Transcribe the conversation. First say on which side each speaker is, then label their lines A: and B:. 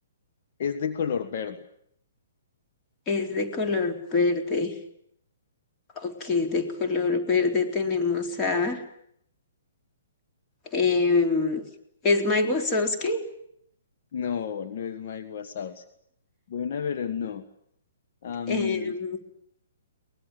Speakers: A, on the left; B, on the left.
A: Es de color verde.
B: es de color verde. Ok, de color verde tenemos a... em, es Mike Wazowski.
A: No, no es Mike Wazowski. Buena, pero no. Am,
B: Em,